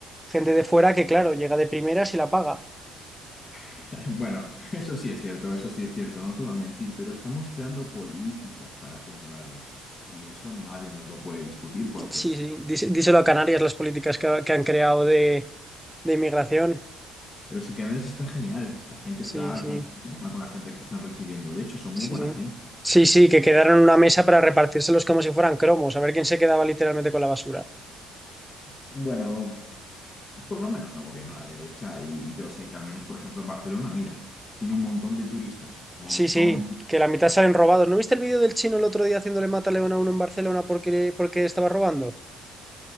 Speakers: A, in the centre; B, on the left.
A: gente de fuera que, claro, llega de primeras y la paga.
B: <laughs> Bueno, eso sí es cierto, eso sí es cierto, no te voy a mentir, pero estamos creando políticas para controlar eso. Y eso nadie nos lo puede discutir porque
A: Sí,
B: es...
A: sí. Dise- Díselo a Canarias las políticas que, que han creado de, de inmigración.
B: Pero sí que Andrés está genial, la gente
A: Sí,
B: está
A: sí.
B: contentísima con la gente que están recibiendo, de hecho son
A: Sí,
B: muy buena
A: sí.
B: gente.
A: Sí, sí, que quedaron en una mesa para repartírselos como si fueran cromos. A ver quién se quedaba literalmente con la basura.
B: Bueno, por lo menos no gobierna la derecha y yo sé que al menos, por ejemplo, en Barcelona, mira, tiene un montón de turistas, un montón
A: Sí, sí, que la mitad salen robados. ¿No viste el vídeo del chino el otro día haciéndole mata a uno en Barcelona porque, porque estaba robando?